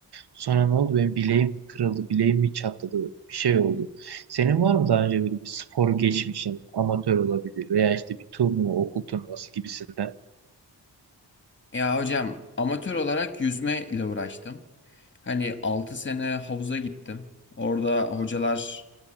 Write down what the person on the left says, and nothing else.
Ya hocam amatör olarak yüzme ile uğraştım. Hani 6 sene havuza gittim. Orada hocalar